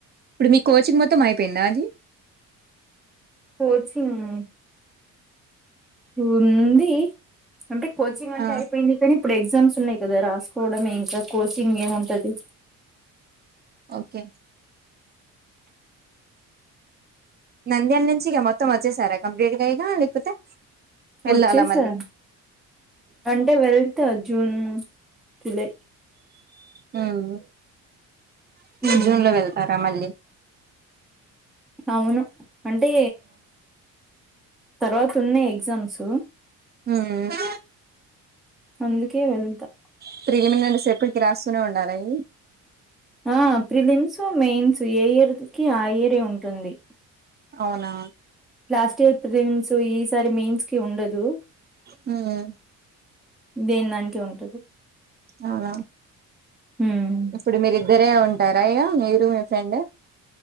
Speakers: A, on the right; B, in the centre.
A: ఇప్పుడు మీ కోచింగ్ మొత్తం అయిపోయిందా అది
B: కోచింగ్ ఉంది అంటే కోచింగ్ అంటే
A: ఆ
B: అయిపోయింది కానీ ఇప్పుడు ఎగ్జామ్స్ ఉన్నాయి కదా రాసుకోవడమే ఇంకా కోచింగ్ ఏం ఉంటది
A: ఓకే నంద్యాల నుంచి ఇక మొత్తం వచ్చేసారా కంప్లీట్గా ఈక లేకపోతే వెళ్ళాలా
B: వచ్చేసా
A: మళ్ళీ
B: అంటే వెళ్తా జూన్ జులై
A: మ్మ్
B: ఉమ్
A: జూన్ లో వెళ్తారా మళ్ళీ
B: అవును అంటే తర్వాత ఉన్నాయి ఎగ్జామ్స్
A: హ్మ్
B: అందుకే వెళ్తా
A: స్త్రీమి రండి సేపటికి రాస్తూనే ఉండాలవి
B: ఆ ప్రిలిమ్స్ మెయిన్స్ ఏ ఇయర్కి ఆ ఇయరే ఉంటుంది
A: అవునా
B: లాస్ట్ ఇయర్ ప్రిలిమ్స్ ఈసారి మెయిన్స్ కి ఉండదు
A: మ్మ్
B: దేన దానికే ఉంటది
A: అవునా
B: ఉమ్
A: ఇప్పుడు మీర ఇద్దరే ఉంటారా అయ్యా మీరు మీ ఫ్రెండ్